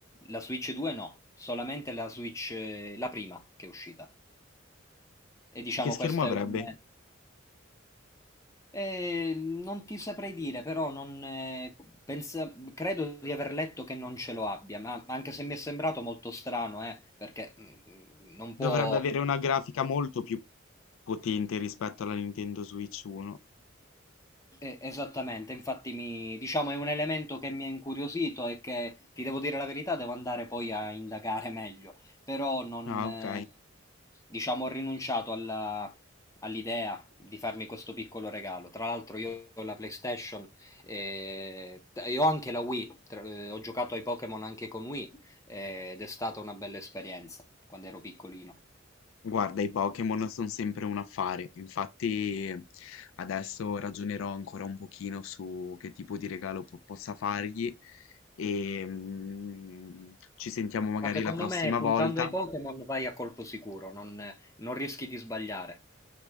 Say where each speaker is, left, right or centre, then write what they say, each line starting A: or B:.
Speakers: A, on the left; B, on the left.
A: la Switch 2 no, solamente la Switch eh, la prima che è uscita. E diciamo
B: Che schermo
A: questo
B: avrebbe?
A: è un... Eh, non ti saprei dire, però non, eh, pensa- credo di aver letto che non ce lo abbia, ma anche se mi è sembrato molto strano, eh, perché mm, mm, non può
B: Dovrebbe avere una grafica molto più potente rispetto alla Nintendo Switch 1.
A: Eh, esattamente, infatti mi, diciamo è un elemento che mi ha incuriosito e che ti devo dire la verità, devo andare poi a indagare meglio, però non,
B: Ah,
A: eh,
B: ok.
A: diciamo, ho rinunciato alla- all'idea di farmi questo piccolo regalo. Tra l'altro io ho la PlayStation eh, e ho anche la Wii, tra- eh, ho giocato ai Pokémon anche con Wii eh, ed è stata una bella esperienza quando ero piccolino.
B: Guarda, i Pokémon sono sempre un affare, infatti adesso ragionerò ancora un pochino su che tipo di regalo po- possa fargli e mm, ci sentiamo magari
A: Ma secondo
B: la prossima
A: me puntando
B: volta.
A: ai Pokémon vai a colpo sicuro, non, non rischi di sbagliare.